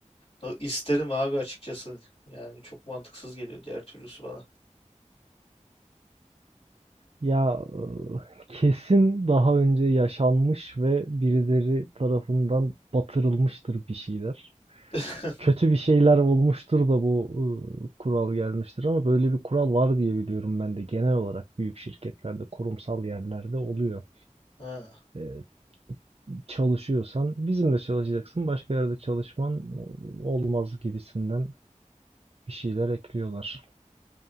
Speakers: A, on the left; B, on the right.
A: da isterim abi açıkçası. Yani çok mantıksız geliyor diğer türlüsü bana.
B: Ya e, kesin daha önce yaşanmış ve birileri tarafından batırılmıştır bir şeyler.
A: <laughs>
B: kötü bir şeyler olmuştur da bu ıı, kural gelmiştir ama böyle bir kural var diye biliyorum ben de genel olarak büyük şirketlerde, kurumsal yerlerde oluyor.
A: Ha.
B: Ee, çalışıyorsan bizimle çalışacaksın, başka yerde çalışman olmaz gibisinden bir şeyler ekliyorlar.